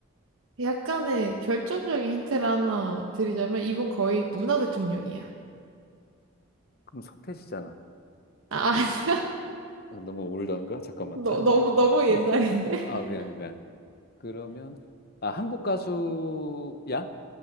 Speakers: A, on the right (about 75°); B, on the left (about 50°).
A: 약간의 결정적인 힌트를 하나 드리자면 이분 거의 문화 대통령이야.
B: 그럼 서태지잖아.
A: 아, 아니야? <laughs>
B: 아, 너무 올드한가? 잠깐만.
A: 너,
B: 다른
A: 너무, 너무
B: <laughs>
A: 옛날인데? <laughs>
B: 아, 미안해, 미안. 그러면, 아, 한국 가수야?